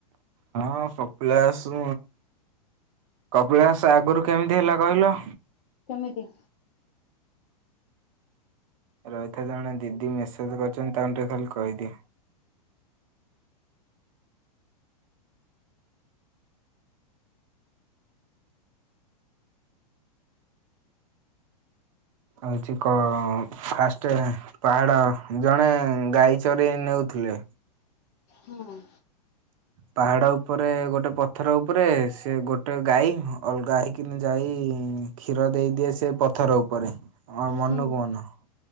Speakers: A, on the right; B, on the left.
A: ହଁ କପିଳାସୁ କପିଳାସ ଆଗରୁ କେମିତି ହେଲା କହିଲ?
B: କେମିତି?
A: ରହିଥା ଜଣେ ଦିଦି ମେସେଜ କରିଛନ୍ତି ତାଙ୍କୁ ଟିକେ ଖାଲି କହିଦିଏ। ହଉଛି କ ଫାଷ୍ଟ ପାହାଡ ଜଣେ ଗାଈ ଚରି ନେଉଥିଲେ। ଥିଲେ।
B: ହୁଁ
A: ପାହାଡ ଉପରେ ଗୋଟେ ପଥର ଉପରେ ସେ ଗୋଟେ ଗାଈ ଅଲଗା ହେଇକିନା ଯାଇ କ୍ଷୀର ଦେଇଦିଏ ସେ ପଥର ଉପରେ ଆ ମନକୁ
B: ହୁଁ
A: ମନ।